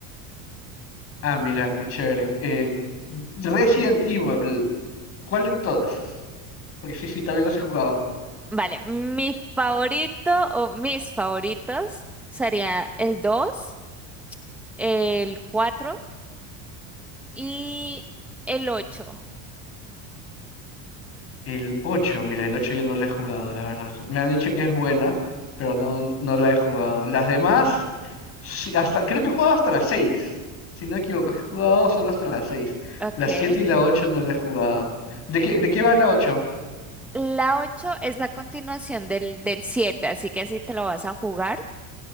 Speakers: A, on the left; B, in the centre.
A: Ah, mira, qué chévere. Eh, Resident Evil, ¿cuál de todas? Porque sí, sí, también los he jugado.
B: Vale, mi favorito o mis favoritos sería el dos el 4 y el ocho
A: El 8, mira, el 8 yo no lo he jugado, la verdad. Me han dicho que es buena, pero no, no la he jugado. Las demás, sí, hasta, creo que he jugado hasta las seis, Si no me equivoco, he jugado solo hasta las 6.
B: Ok.
A: Las 7 y la ocho no la he jugado. ¿De qué, de qué va la 8?
B: La 8 es la continuación del, del 7, así que si te lo vas a jugar,